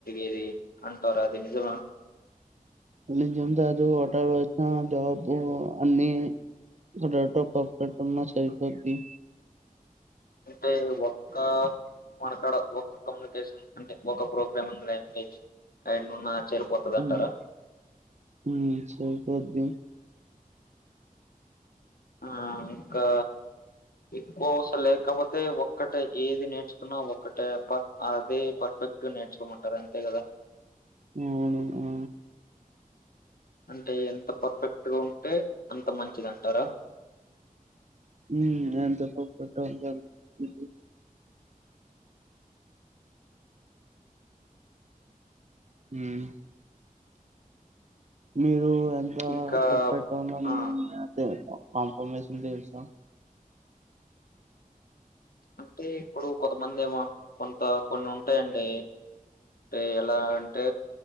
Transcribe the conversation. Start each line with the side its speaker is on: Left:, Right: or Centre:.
Left: ఇది అంటారు. అది నిజమా
Right: నిజం కాదు. <unintelligible> జాబ్ అన్ని డెరెక్టెట్ <unintelligible> పాస్పోర్ట్ ఉన్న సరిపోద్ది.
Left: అంటే ఒక్క మనకాడ ఒక్క కమ్యూనికేషన్ అంటే. ఒక ప్రోగ్రామింగ్ లాంగ్వేజ్ అండ్ ఉన్న. సరిపోతది అంటారా
Right: ఉమ్ ఉహ్మ్ సరిపోద్ది
Left: ఆ ఇంకా ఎక్కువ అవస్ లేకపోతే ఒక్కటే ఏది నేర్చుకున్నా. ఒకటే పర్ అదే పర్ఫెక్ట్ నేర్చుకోమంట్ టార్ అంతేకదా
Right: అవును ఆ
Left: అంటే ఎంత పర్ఫెక్ట్గా ఉంటే. అంత మంచిది అంటారా.
Right: ఉమ్ ఎంత పర్ఫెక్ట్ ఉంటే అంత మం హ్మ్ మీరు ఎంతా
Left: ఇంకా
Right: పర్ఫెక్ట్ గా ఉన్న <unintelligible>
Left: ఆ
Right: కన్ఫర్మమేషన్ తెల్స
Left: అంటే ఇప్పుడు కొంతమంది ఏమో. కొంత కొన్ని ఉంటాయండి. అంటే ఎలా అంటే